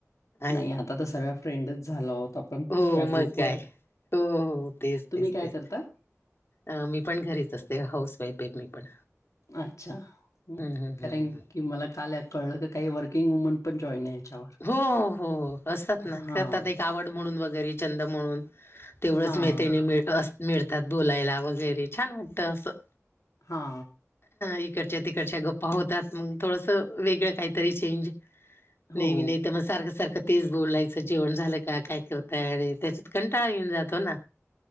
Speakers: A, on the left; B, on the left.
A: आहे
B: नाही आता तर सगळ्या फ्रेंडच झाला होत आपण
A: हो
B: या
A: मग
B: ग्रुपवर.
A: काय, हो तेच,
B: तुम्ही
A: तेच,
B: काय
A: तेच
B: करता?
A: अ मी पण घरीच असते हाऊस वाईफ आहे मी पण.
B: अच्छा!
A: हम्म हम्म
B: कारण
A: हम्म
B: की मला काल आहे कळलं का काही वर्किंग वुमन पण जॉईन आहे. याच्यावर.
A: हो हो असतात ना
B: हां,
A: करतात एक आवड म्हणून वगैरे छंद म्हणून तेवढंच
B: हां,
A: मैत्रिणी अस मिळतात बोलायला वगैरे छान वाटत असं
B: हा.
A: इकडच्या तिकडच्या गप्पा होतात मग थोडसं वेगळं काहीतरी चेंज
B: हो.
A: ते बी नाही तर मग सारखं सारखं तेच बोलायचं जेवण झालं का काय करतय आणि त्याच्यात कंटाळ येऊन जातो ना.